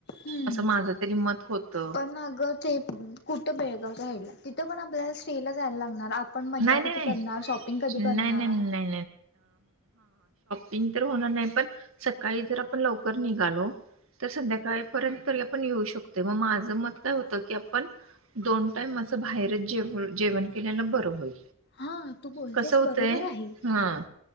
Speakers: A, on the left; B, on the right.
A: हम्म
B: असं माझं तरी मत होत.
A: पण अगं ते पण कुठं बेळगावच्या साईडला, तिथं पण आपल्या स्टे ला जायला लागणार आपण मज्जा
B: नाही, नाही,
A: किती
B: नाही.
A: करणार, शॉपिंग कधी
B: नाही,
A: करणार.
B: नाही, नाही, तीन तर होणार नाही पण सकाळी जर आपण लवकर निघालो तर संध्याकाळी पर्यंत तरी आपण येऊ शकतो. मग माझं मत काय होतं की आपण दोन टाइम अस बाहेरच जेव जेवण केलेल बरं होईल.
A: हा तू बोलतेस
B: कस होतंय
A: बरोबर आहे
B: हा.